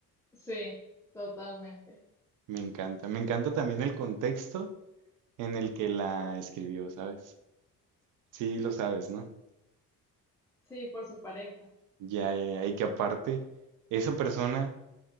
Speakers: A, in the centre; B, on the right (about 40°).
A: Sí, totalmente.
B: Me encanta. Me encanta también el contexto en el que la escribió, ¿sabes? Sí, lo sabes, ¿no?
A: Sí, por su pareja.
B: Ya, ya, ya. Y que aparte, esa persona.